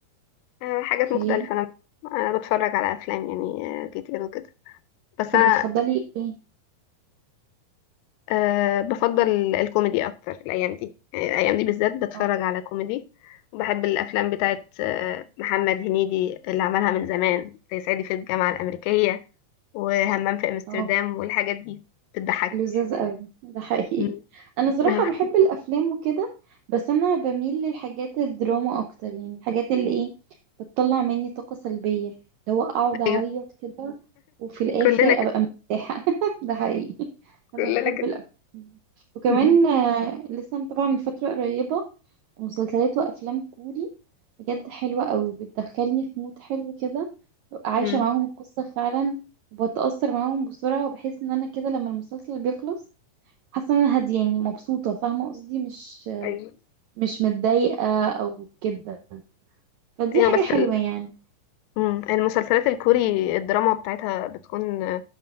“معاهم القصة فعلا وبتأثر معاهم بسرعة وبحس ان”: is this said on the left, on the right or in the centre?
Right